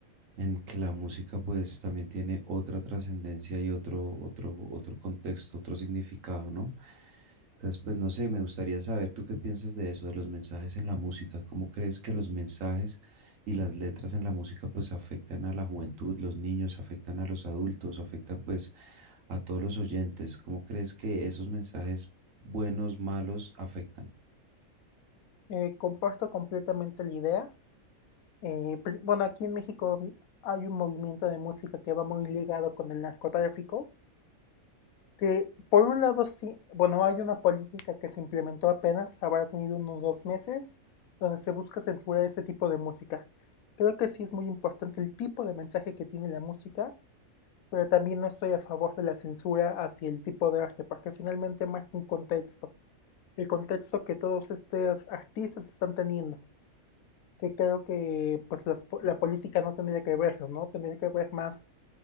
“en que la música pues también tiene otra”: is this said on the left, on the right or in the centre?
Right